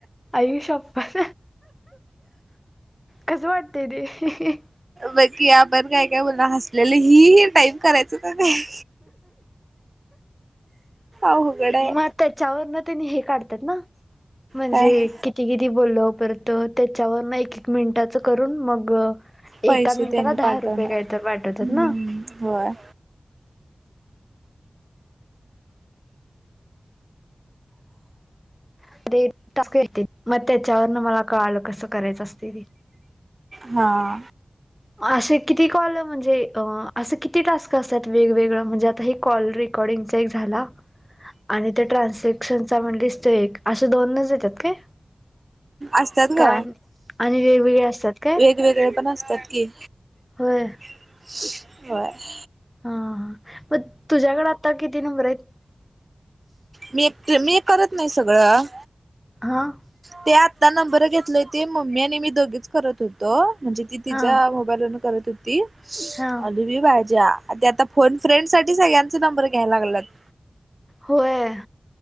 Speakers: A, in the centre; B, on the right (about 45°).
A: आई शप्पथ, कसं वाटतेय रे?
B: बघ की आपण काय-काय बोलून हसलेलं हि ही टाईप करायचं क नाही. अवघड आहे
A: मग त्याच्यावरनं तेनी हे काढत्यात ना? म्हणजे
B: काय.
A: कि केलेली बोललो, परत त्याच्यावर ना एक एक मिनिटाचं करून मग एका
B: पैसे
A: मिनिटाला
B: त्यांनी
A: दहा
B: पाठवणार
A: रुपये काय तर वाटतत
B: हम्म
A: ना.
B: होय.
A: <unintelligible> टास्क येतेत म त्याच्यावरनं मला कळालं कसं करायचं असतेय ती.
B: हां.
A: अशे किती कॉलं म्हणजे असं किती टास्क असतात वेगवेगळं, म्हणजे आता हे कॉल रे कॉर्डिंगचा एक झाला आणि ते ट्रान्सेक्शनचा म्हणजेच ते एक असे दोनच येतात काय?
B: असतात
A: कान
B: ग
A: आणि वेगवेगळे असतात काय?
B: वेगळे पण असतात की.
A: होय.
B: <unintelligible>
A: हां. पण तुझ्याकडे आत्ता किती नंबर आहेत?
B: मी ए मी हे करत नाही सगळं.
A: हां?
B: ते आत्ता नंबरं घेतळे होते. मम्मी आणि मी दोघीच करत होतो. म्हणजे ती तिच्या
A: हा
B: - वरून करत होती.
A: हा
B: आणि मी माज्या. ते आता - फोन फ्रेंड साठी सगळ्यांचं नंबर घ्यायला लागलात.
A: होय.